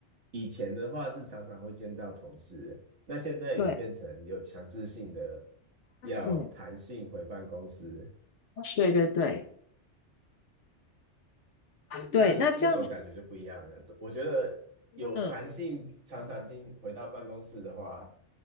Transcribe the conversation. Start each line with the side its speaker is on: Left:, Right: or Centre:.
Right: 以前的话是常常会见到同事，那现在也变成有强制性的
Left: 对，
Right: 要弹性回办公室，
Left: 嗯，对对对对，
Right: 那是那种感觉就不一样了。
Left: 那这样，
Right: 我觉得有弹性，
Left: 嗯，
Right: 常常进回到办公室的话，